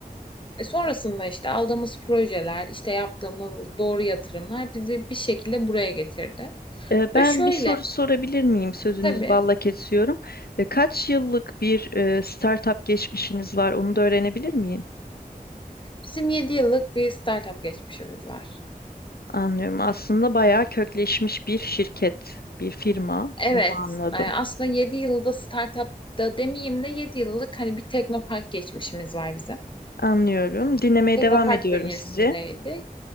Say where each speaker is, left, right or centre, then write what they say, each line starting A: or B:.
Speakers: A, on the left; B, on the left.
A: E sonrasında işte aldığımız projeler, işte yaptığımız doğru yatırımlar bizi bir şekilde buraya getirdi.
B: Ee, Ben
A: Ve şöyle
B: bir soru sorabilir miyim? Sözünüz
A: tabii
B: balla kesiyorum. Ee, Kaç yıllık bir e, startup geçmişiniz var? Onu da öğrenebilir miyim?
A: bizim 7 yıllık bir startup geçmişimiz var.
B: Anlıyorum. Aslında bayağı kökleşmiş bir şirket, bir firma.
A: Evet,
B: Onu anladım.
A: e, aslında 7 yılda startupta demeyeyim de 7 yıllık hani bir teknopark geçmişimiz var bizim.
B: Anlıyorum. Dinlemeye
A: Teknopark
B: devam ediyorum
A: bünyesindeydi.
B: sizi.